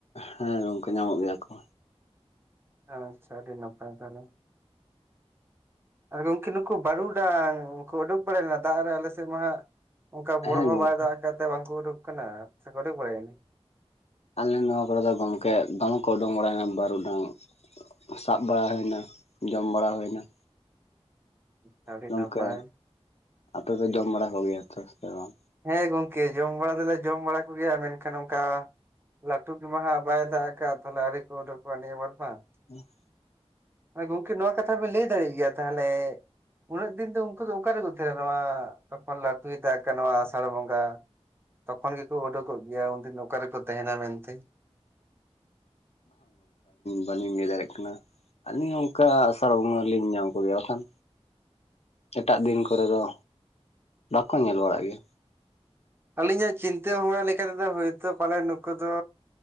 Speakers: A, on the left; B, on the right.
A: ᱦᱮᱸ ᱜᱚᱝᱠᱮ ᱧᱟᱢᱚᱜ ᱜᱮᱭᱟ ᱠᱚ
B: ᱟᱪᱪᱷᱟ ᱟᱹᱰᱤ ᱱᱟᱯᱟᱭ ᱛᱟᱦᱞᱮ ᱟᱨ ᱜᱚᱢᱠᱮ ᱱᱩᱠᱩ ᱵᱟᱹᱨᱩᱰᱟᱝ ᱩᱱᱠᱩ ᱩᱰᱩᱠ ᱵᱟᱲᱟᱟᱭ ᱞᱮᱱᱟ ᱫᱟᱜ ᱨᱮ ᱟᱞᱮ ᱥᱮᱫ ᱢᱟ ᱦᱜ ᱚᱱᱠᱟ ᱵᱚᱲᱚ
A: ᱦᱮᱸ
B: ᱦᱚᱸ
A: ᱜᱚᱝᱠᱮ
B: ᱵᱟᱭ ᱫᱟᱜᱛᱮ ᱵᱟᱝᱠᱚ ᱩᱰᱩᱠ ᱟᱠᱟᱱᱟ ᱥᱮ ᱠᱚᱨᱮ ᱵᱟᱲᱟᱭᱱᱟ
A: ᱟᱞᱮ ᱱᱚᱣᱟ ᱠᱚᱨᱮ ᱫᱚ ᱜᱚᱝᱠᱮ ᱫᱚᱢᱮ ᱠᱚ ᱩᱰᱩᱠ ᱵᱟᱲᱟᱭᱮᱱᱟ ᱵᱟᱨ ᱩᱰᱟᱝ ᱥᱟᱵ ᱵᱟᱲᱟ ᱦᱩᱭᱱᱟ ᱡᱚᱢ ᱵᱟᱲᱟ ᱦᱩᱭᱱᱟ ᱾
B: <inaudible>
A: ᱜᱚᱝᱠᱮ
B: ᱱᱟᱯᱟᱭ
A: ᱟᱯᱮ ᱯᱮ ᱡᱚᱢ ᱵᱟᱲᱟ ᱠᱚᱜᱮᱭᱟ ᱪᱚ ᱵᱟᱝ
B: ᱦᱮᱸ ᱜᱚᱝᱠᱮ ᱡᱚᱢ ᱵᱟᱲᱟ ᱫᱚᱞᱮ ᱡᱚᱢ ᱵᱟᱲᱟ ᱠᱚᱜᱮᱭᱟ ᱢᱮᱱᱠᱷᱟᱱ ᱚᱱᱠᱟ ᱞᱴᱩᱠᱤ ᱢᱟᱦᱟ ᱵᱟᱭ ᱫᱟᱠᱟ ᱛᱟᱦᱮ ᱟᱨᱲ ᱠᱚ ᱚᱲ ᱠᱚ ᱵᱟᱨᱢᱟᱟ
A: <inaudible>
B: ᱜᱚᱝᱠᱮ ᱱᱚᱣᱟ ᱠᱟᱛᱷᱟ ᱵᱮᱮᱱ ᱞᱟᱹᱭ ᱫᱟᱲᱮᱭᱟᱜ ᱜᱮᱭᱟ ᱛᱟᱦᱚᱞᱮ ᱩᱱᱟᱹᱜ ᱫᱤᱱ ᱫᱚ ᱩᱱᱠᱩ ᱫᱚ ᱚᱠᱟᱨᱮᱠᱚ ᱛᱟᱦᱮᱱᱟ ᱱᱚᱣᱟ ᱛᱟᱨᱠᱷᱚᱱ ᱞᱟᱹᱴᱩᱭ ᱫᱟᱜ ᱠᱟᱱᱟ ᱱᱚᱣᱟ ᱟᱥᱟᱲ ᱵᱚᱸᱜᱟ ᱛᱠᱷᱚᱱ ᱜᱮᱠᱚ ᱚᱰ ᱠᱚ ᱜᱮᱭᱟ ᱱᱚᱠᱟᱨ ᱠᱚᱠᱚ ᱛᱟᱦᱮᱦᱱᱟ ᱢᱮᱱᱛᱮ
A: ᱵᱟᱝᱞᱤ ᱞᱟᱹᱭ ᱫᱟᱲᱮᱭᱟᱜ ᱠᱟᱱᱟ ᱟᱹᱞᱤᱧ ᱚᱱᱠᱟ ᱥᱟᱨᱟᱜ ᱵᱚᱸᱜᱟ ᱞᱤᱧ ᱧᱟᱢ ᱠᱚᱜᱮᱭᱟ ᱵᱟᱠᱷᱟᱱ ᱮᱴᱟᱜ ᱫᱤᱱ ᱠᱚᱨᱮ ᱫᱚ ᱵᱟᱠᱚ ᱧᱮᱞ ᱵᱟᱲᱟᱜ ᱜᱮᱭᱟ
B: ᱟᱹᱞᱤᱧᱟᱜ ᱪᱤᱱᱛᱟᱹ ᱵᱷᱟᱵᱽᱱᱟ ᱞᱮᱠᱟᱛᱮᱫᱚ ᱦᱳᱭ ᱛᱟ ᱯᱟᱞᱮ ᱱᱩᱠᱩ ᱫᱚ